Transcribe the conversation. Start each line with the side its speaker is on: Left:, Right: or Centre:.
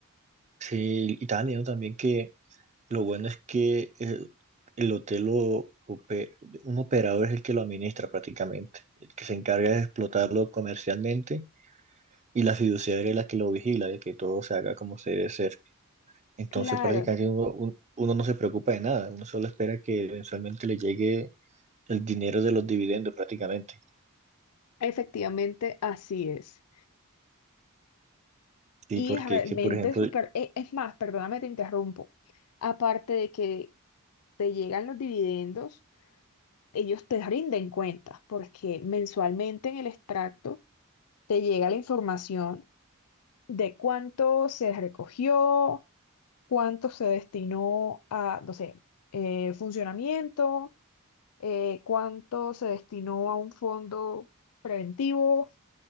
Right: Sí, y estaba leyendo también que lo bueno es que el el hotel lo ope- un operador es el que lo administra prácticamente, el que se encarga de explotarlo comercialmente y la fiduciaria es la que lo vigila, de que todo se haga como se debe ser. Entonces
Left: Claro,
Right: prácticamente uno, un- uno no se preocupa de nada, uno solo espera que eventualmente le llegue el dinero de los dividendos prácticamente.
Left: efectivamente así es.
Right: Sí,
Left: Y
Right: porque
Left: es realmente
Right: es que, por ejemplo,
Left: súper, e- es más, perdóname, te interrumpo. Aparte de que te llegan los dividendos, ellos te rinden cuentas, porque mensualmente en el extracto te llega la información de cuánto se recogió, cuánto se destinó a, no sé, eh, funcionamiento eh, cuánto se destinó a un fondo preventivo